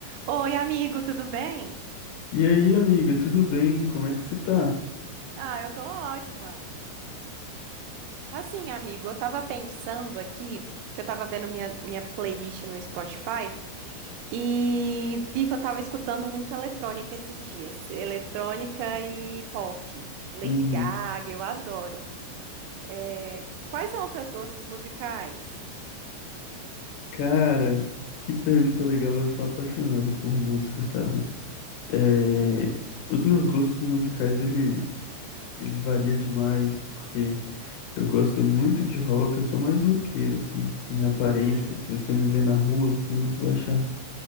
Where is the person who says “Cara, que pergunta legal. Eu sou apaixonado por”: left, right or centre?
Left